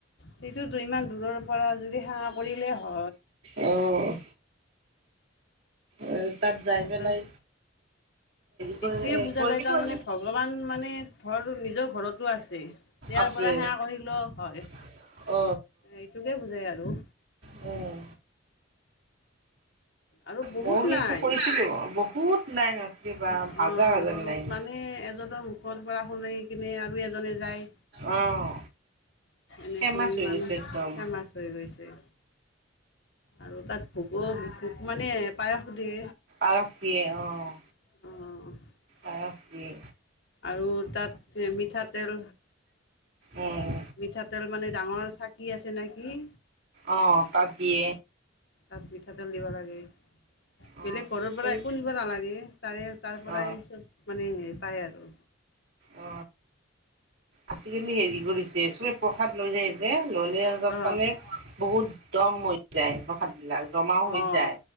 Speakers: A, on the left; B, on the right.
A: সেইটো ইমান দূৰৰ পৰা যদি সেৱা কৰিলে হয়
B: অঁ অ' তাত যাই
A: সেইটো
B: পেলাই কৰি
A: এইটোয়ে বুজা
B: কৰি
A: যায় তাৰমানে
B: কৰি
A: ভগৱান মানে ঘৰ নিজৰ ঘৰতো আছে ইয়াৰ
B: আছে
A: পৰা সে <unintelligible> কৰিলো হয়।
B: হয় <unintelligible>
A: এইটোকে বুজাই আৰু।
B: অ'
A: আৰু বহুত
B: মই কিন্তু
A: লাইন
B: কৰিছিলো। বহুত <unintelligible>
A: অ
B: হাজাৰ হাজাৰ
A: বহুত
B: লাইন।
A: মানে এজনৰ মুখৰ পৰা শুন কিনে আৰু এজনে যায়
B: অহ,
A: এনেকৈ
B: ফেমাচ হৈ
A: মানে
B: গৈছে একদম।
A: ফেমাচ হৈ গৈছে। আৰু তাত ভোকো ভোক মানে পায়স দিয়ে।
B: অঁ দিয়ে। অ' অঁ
A: অ'
B: পায়স দিয়ে
A: আৰু তাত মিঠাতেল
B: উম
A: মিঠাতেল মানে ডাঙৰ চাকি আছে নে কি?
B: অঁ অঁ তাত দিয়ে।
A: তাত মিঠাতেল দিব লাগে।
B: অ
A: বেলেগ ঘৰৰ পৰা
B: এই
A: একো নিব নালাগে তাৰে তাৰ পৰাই
B: অ
A: চব মানে হে পাই আৰু
B: অ আজিকালি হেৰি বোৰ যে চবে প্ৰসাদ লৈ যাইছে ললে
A: অ',
B: তাত মানে বহুত দম হৈ যায় প্ৰসাদ বিলাক জমা হৈ
A: অ',
B: যায়,